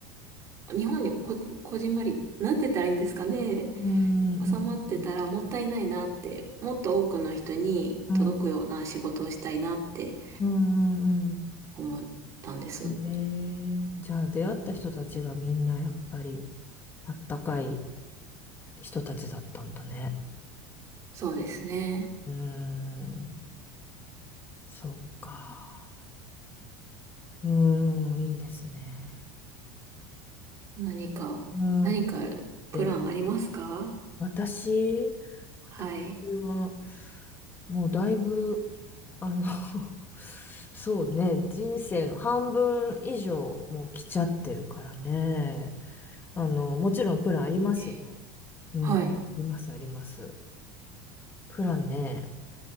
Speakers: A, on the right; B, on the left.
A: 日本にこ、こじんまり、なんて言ったらいいんですかね。
B: うん、
A: 収まってたらもったいないなって、
B: うん、
A: もっと多くの人に届くような仕事をしたいなって
B: うん、うんうん
A: 思ったんです。
B: うん。えー、じゃあ出会った人たちがみんなやっぱりあったかい人たちだったんだね。
A: そうですね。
B: うーん、そっか。うーん、いいですね。
A: 何か、
B: うーん、
A: 何かプランありますか
B: で、私、私
A: はい。
B: は、もうだいぶ、あの <laughs> そうね、人生の半分以上もう来ちゃってるからね。あの、もちろんプランありますよ。
A: え
B: うん、
A: はい。
B: あります、あります。プランね、